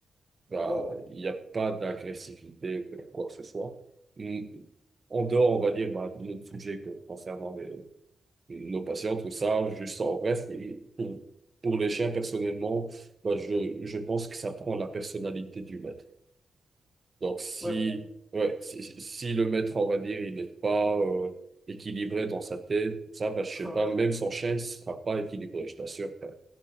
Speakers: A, on the right (about 40°); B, in the centre.
A: Bah,
B: wow.
A: il n'y a pas d'agressivité ou quoi que ce soit. Mm. En dehors, on va dire, bah, de notre sujet que, concernant les, nos patients, tout ça, juste en bref, et pour, pour les chiens, personnellement, bah, je, je pense que ça prend la personnalité du maître. Donc, si,
B: Ouais, pour...
A: ouais, si, si si le maître, on va dire, il n'est pas euh, équilibré dans sa tête, ça, bah, je
B: <laughs>
A: sais pas, même son chien, il sera pas équilibré, je t'assure. frère.